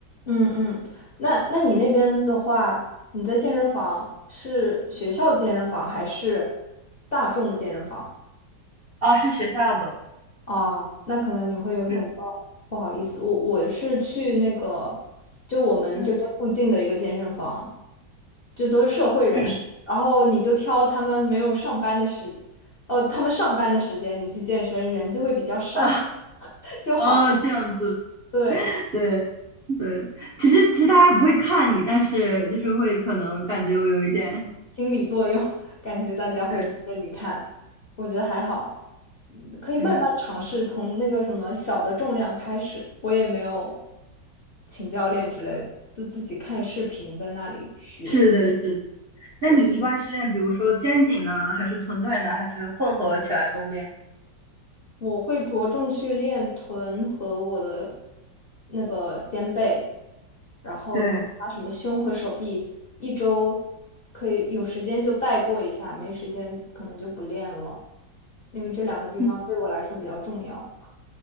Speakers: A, on the left; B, on the right.
A: 嗯嗯，那那你那边的话，你在健身房是学校的健身房还是大众的健身房？
B: 啊，是学校的。
A: 啊，那可能你会有点不不好意思，
B: 嗯
A: 我我是去那个就我们这边附近的一个健身房。
B: 嗯
A: 就都是社会人士，
B: 嗯。
A: 然后你就挑他们没有上班的时，哦，他们上班的时间你去健身，人就会比较少，
B: 啊。
A: <laughs> 就好，
B: 哦，这样子，
A: 对，
B: 对对，其实其实大家也不会看你，但是就是会可能感觉我有一点
A: 心理作用，<laughs> 感觉大家会盯着你看，
B: <laughs>，对，
A: 我觉得还好，嗯可以慢慢尝试，
B: 嗯，
A: 从那个什么小的重量开始，我也没有请教练之类的，自自己看视频在那里学。
B: 是的，是的那你一般是练，
A: 对。
B: 比如说肩颈呢，还是臀腿呢，还是混合起来都练？
A: 我会着重去练臀和我的那个肩背，然后把什么胸和手臂一周
B: 对，
A: 可以有时间就带过一下，没时间可能就不练了，因为这两个地方对我来说比较重要。
B: 嗯，